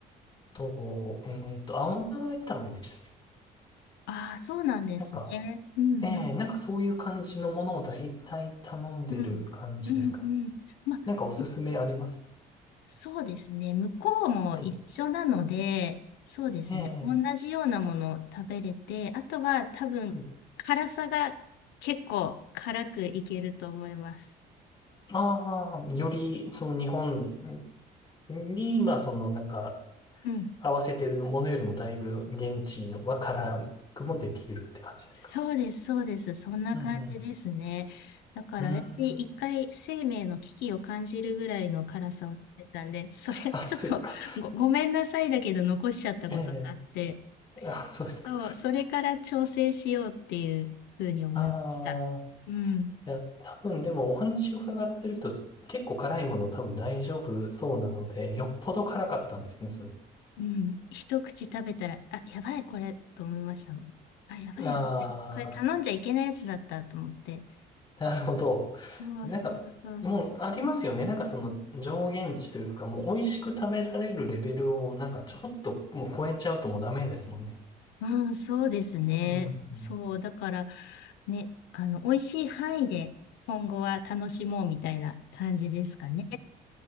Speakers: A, on the left (about 25°); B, on the left (about 85°).
A: と、えーっと、青菜炒めでしたっけ
B: ああ、そうなんですね。
A: なんか、
B: うん
A: えー、なんかそういう感じのものを大体頼んでる感じですかね。
B: うん。うん。うんうん。まあ、
A: なんかおすすめあります
B: うそうですね。向こうも一緒なので、
A: はい。
B: そうですね。
A: ええ
B: 同じようなものを食べれて、あとは多分、
A: はい。
B: 辛さが結構辛くいけると思います。
A: ああ、より、その日本に、まあ、その、なんか、
B: うん。
A: 合わせてるものよりもだいぶ現地の和からくもできるって感じですか
B: そうです、そうです。そんな感じですね。
A: うんう
B: だから私、
A: ん。うー
B: 一回生命の危機を感じるぐらいの辛さを食べたんで、
A: ん。
B: それ、
A: あ、そうですか。
B: ちょっとご、ごめんなさいだけど残しちゃったことがあって、
A: ええあ、そうですか。
B: そう、それから調整しようっていうふうに思いました。
A: ああ、
B: うん。
A: いや、多分でもお話伺ってると、結構辛いもの多分大丈夫そうなので、よっぽど辛かったんですね、それ。
B: うん。一口食べたら、あ、やばい、これ、と思いましたもん。あ、やばい、
A: ああ。
B: やばい。これ頼んじゃいけないやつだったと思って。
A: <laughs> なるほど。
B: そうそうそう。
A: なんか、もうありますよね。なんかその上限値というか、もう美味しく食べられるレベルをなんかちょっともう超えちゃうともうダメですもんね。
B: うん、そうですね。
A: うん。
B: そう、だから、ね、あの、美味しい範囲で今後は楽しもうみたいな感じですかね。